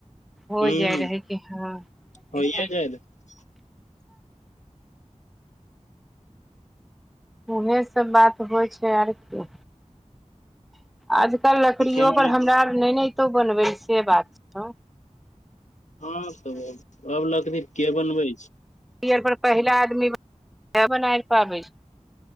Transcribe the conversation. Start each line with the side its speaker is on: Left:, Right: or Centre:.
Centre: हो
Left: हूँ
Centre: जाइ रहै कि हँस
Left: होइये <inaudible>
Centre: उहे सब बात होइ छै आर कि आजकल लकड़ियो
Left: रहै
Centre: पर हमरा आर नैनो तो बनबै से बात न
Left: हँ <unintelligible> अब लकड़ी के बनबै छै
Centre: यियर पर पहिला आदमी बना पाबै छै